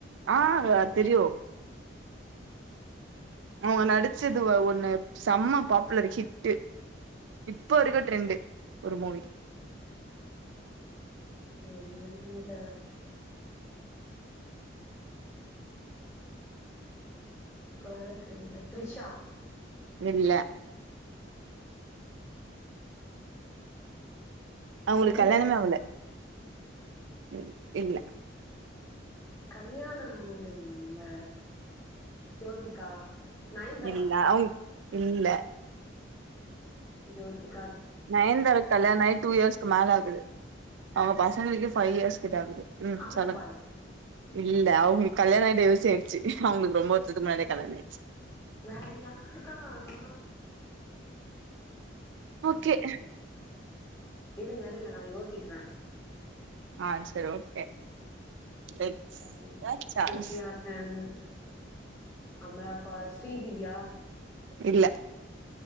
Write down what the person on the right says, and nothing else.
ஆ தெரியு அவுங்க நடிச்சது ஒ ஒண்ணு செம பாப்புலர் ஹிட்டு இப்ப இருக்க ட்ரெண்டு ஒரு மூவி
இல்ல அவங்களுக்கு
கல்யாணமே
ஆவுல த் இல்ல
இல்ல அவுங் இல்ல
நயன்தாரா க்கு கல்யாண ஆயி டூ இயர்ஸ்க்கு மேல ஆ குது அவங்க பசங்களுளுக்கே ஃபைவ் இயர்ஸ் கிட்டாகுது ம்
சொல்லுங் இல்ல அவங்களுக் கல்யாண ஆயி டைவர்சே ஆயிருச்சு அவங்களுக்கு ரொம்ப வருஷத்துக்கு முன்னாடியே கல்யாண ஆயிடுச்சு
ஓகே
ஆ சரி ஓகே லெட்ஸ்
சாய்ஸ்
இல்ல